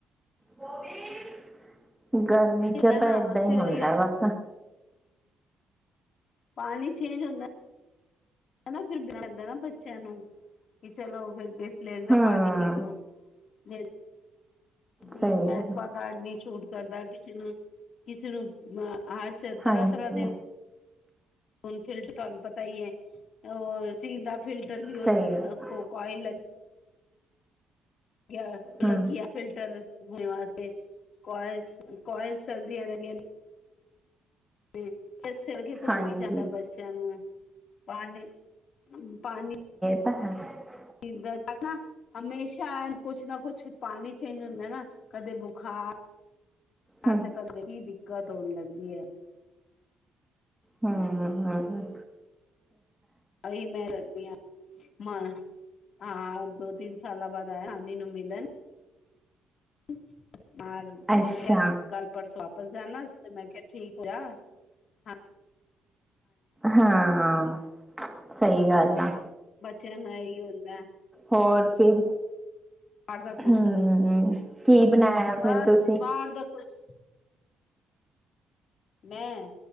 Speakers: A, in the centre; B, on the left.
A: ਬੋਵੀ। ਗਰਮੀ
B: ਹੁੰਦਾ
A: ਚ
B: ਨਾ
A: ਤਾਂ ਏਦਾਂ ਈ
B: ਫਿਰ
A: ਹੁੰਦਾ
B: ਉਹੀ
A: ਬਸ।
B: ਪਾਣੀ ਚੇਂਜ ਹੁੰਦਾ <inaudible> ਫਿਰ <inaudible> ਨਾ ਬੱਚਿਆਂ ਨੂੰ ਕਿ ਚਲੋ ਫਿਰ ਸਲੇਰ ਦਾ
A: ਹਮ
B: ਪਾਣੀ ਪੀ ਲੋ। <inaudible>
A: ਸਹੀ
B: ਇਹ ਐ
A: ਗੱਲ
B: ਇਕਵਾ
A: ਆ।
B: ਗਾਰਡ ਦੀ ਛੂਟ ਕਰਦਾ ਕਿਸੇ ਨੂੰ ਕਿਸੇ ਨੂੰ ਅ ਹਰ ਤਰ੍ਹਾਂ
A: ਹਾਂਜੀ
B: ਤਰ੍ਹਾਂ ਦੇ ਹੂਨ ਫਿਲਟਰ ਤੁਹਾਨੂੰ ਪਤਾ ਹੀ ਹੈ ਉਹ ਸੀ ਦਾ ਫਿਲਟਰ ਵੀ ਉਹ
A: ਸਹੀ ਗੱਲ ਆ।
B: ਕੋ ਕੋਇਲ ਗਯਾ ਉਹ
A: ਹਮ
B: ਲੱਗ ਗਿਆ ਫਿਲਟਰ ਹੋਣ ਵਾਸਤੇ ਕੋਇਲ ਕੋਇਲ ਸਰਦੀਆਂ ਦੀਆਂ ਨੇ ਇਸ ਸਿਰ ਕਿ ਤੇ
A: ਹਾਂਜੀ
B: ਹੋ ਹੀ ਜਾਂਦਾ ਬੱਚਿਆਂ ਨੂੰ ਪਾਣੀ ਪਾਣੀ
A: <inaudible>
B: ਇ ਦ ਤੱਕ ਨਾ ਹਮੇਸ਼ਾ ਚਾਇ ਕੁਛ ਨਾ ਕੁਛ ਪਾਣੀ ਚਾਹੀਦਾ ਹੁੰਦਾ ਨਾ ਕਦੇ ਬੁਖਾਰ
A: ਹਮ
B: ਤੇ ਕਰਦੇ ਕੀ ਦਿੱਕਤ ਹੋਨ ਲੱਗਦੀ ਹੈ
A: ਹਮ ਹਮ ਮ
B: ਆਹੀ ਮੈਂ ਰਖਦੀ ਹਾਂ ਮੈਂ ਹਾਂ ਦੋ ਤਿੰਨ ਸਾਲਾਂ ਬਾਅਦ ਆਯਾ ਹਨੇ ਨੂੰ ਮਿਲਨ <inaudible> ਮ
A: ਅੱਛਾ
B: ਮੈਂ ਕਿਹਾ ਕੱਲ ਪਰਸੋਂ ਸ ਜਾਣਾ ਤੇ ਮੈਂ ਕਿਹਾ ਠੀਕ ਹੋਇਆ ਹ
A: ਹਾਂ ਸਹੀ ਗੱਲ ਆ
B: ਛਨ ਏਹੀ ਹੁੰਦਾ
A: ਹੋਰ ਫਿਰ
B: ਬਾਰ ਦਾ ਕੁਛ
A: ਹਮ
B: ਨਹੀਂ
A: ਕੀ ਬਣਾਇਆ
B: ਬਸ
A: ਫਿਰ ਤੁਸੀਂ
B: ਬਾਰ ਦਾ ਕੁਛ ਮੈਂ